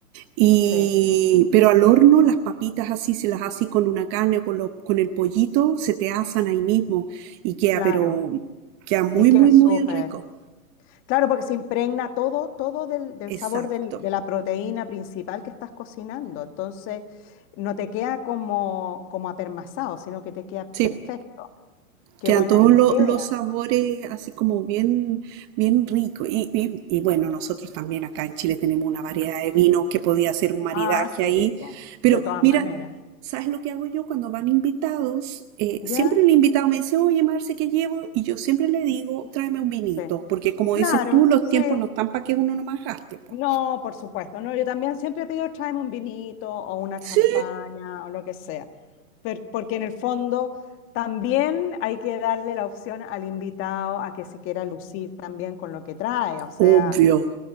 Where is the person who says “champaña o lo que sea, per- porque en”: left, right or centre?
Left